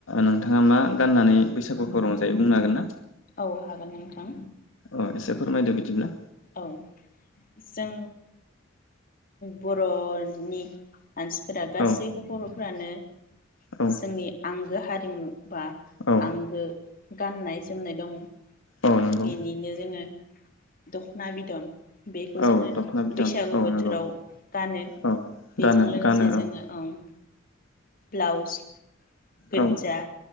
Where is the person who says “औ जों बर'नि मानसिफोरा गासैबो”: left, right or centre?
Left